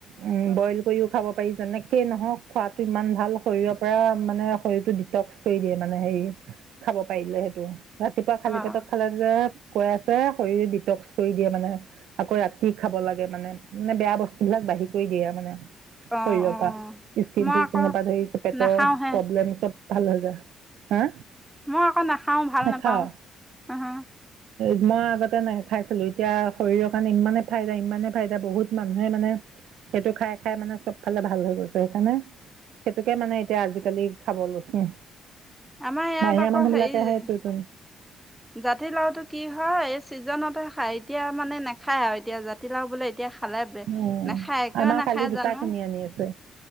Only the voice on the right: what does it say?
উ বইল কৰিও খাব পাৰি যেনেকে নহওক খোৱাটো ইমান ভাল শৰীৰৰ পৰা মানে শৰীৰটো ডিটক্স কৰি দিয়ে মানে হেৰি। খাব পাৰিলে সেইটো ৰাতিপুৱা খালী
পেটত খালে যে <unintelligible> শৰীৰ ডিটক্স কৰি দিয়ে মানে আকৌ ৰাতি খাব লাগে মানে, মানে বেয়া বস্তু বিলাক বাহিৰ কৰি দিয়ে আৰু মানে।
শৰীৰৰ
পৰা স্কিন
চিস্কিনৰ
পৰা ধৰি চব পেটৰ
প্ৰব্লেম চব। ভাল হৈ যায়। হা
নাখাৱ
মই আগতে নেখাইছিলো। এতিয়া শৰীৰৰ কাৰণে ইমানে ফাইদা, ইমানে ফাইদা বহুত মানুহে মানে সেইটো খাই, খাই মানে চব ফালে ভাল হৈ গৈছে সেইকাৰণে। সেইটোকে মানে এতিয়া আজিকালি খাব লৈছোঁ।
বাহিৰা
মানুহবিলাকে
সেইটোতো
উম,
আমাৰ
কালি দুটা
কিনি আনিছো